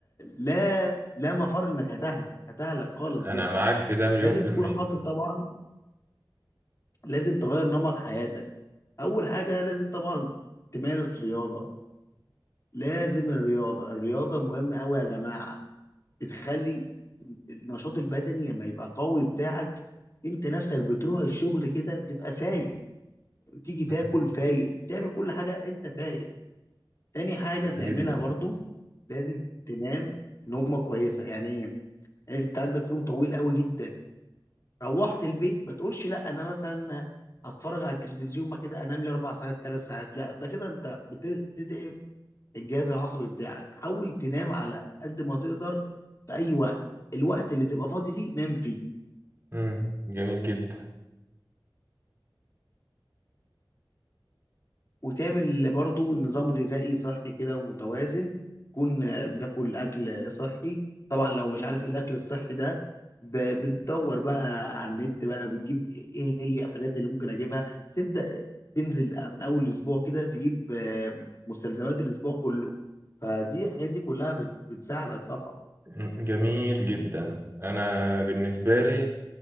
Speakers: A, on the left; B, on the right.
A: لا لا مفر انك هتهلك هتهلك خالص
B: انا
A: جدا
B: معاك في ده مليون
A: لازم
B: في
A: تكون
B: المية
A: حاطط طبعا لازم تغير نمط حياتك اول حاجه لازم طبعا تمارس رياضه لازم الرياضه الرياضه مهمه قوي يا جماعه بتخلي النشاط البدني لما يبقى قوي بتاعك انت نفسك بتروح الشغل كده بتبقى فايق تيجي تاكل
B: <laughs> مم،
A: فايق تعمل كل حاجة انت فايق تاني حاجة تعملها
B: جدا
A: برضو لازم تنام نومة كويسة يعني ايه يعني انت عندك يوم طويل قوي جدا روحت البيت ما تقولش لا انا مثلا هتفرج على التلفزيون بعد كده انام لي اربع ساعات ثلاث ساعات لا ده كده انت بتدعي الجهاز العصبي بتاعك حاول تنام على قد ما تقدر في اي وقت الوقت اللي تبقى فاضي فيه نام فيه
B: مم، جميل جدا
A: وتعمل برضو نظام غذائي صحي كده ومتوازن تكون آه، بتاكل اكل صحي طبعا لو مش عارف ايه الاكل الصحي ده ب- بتدور بقى على النت بقى بتجيب ايه هي الحاجات اللي ممكن اجيبها تبدأ تنزل من اول الاسبوع كده تجيب آه، مستلزمات الاسبوع كله فدي الحاجات دي كلها بت- بتساعدك طبعا
B: مم، جميل جدا انا بالنسبة لي